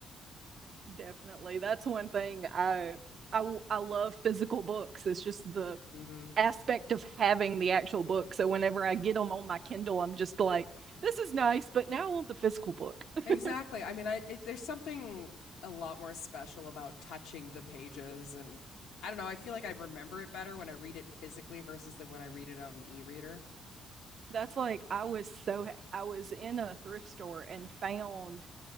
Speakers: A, on the right; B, on the left.
A: definitely. That's one thing I I I love physical books. It's just the
B: hmm
A: aspect of having the actual book. So whenever I get them on my Kindle, I'm just like, this is nice, but now I want the physical book.
B: Exactly.
A: <laughs>
B: I mean, I it, there's something a lot more special about touching the pages, and I don't know. I feel like I remember it better when I read it physically versus than when I read it on an e-reader.
A: That's like I was so I was in a thrift store and found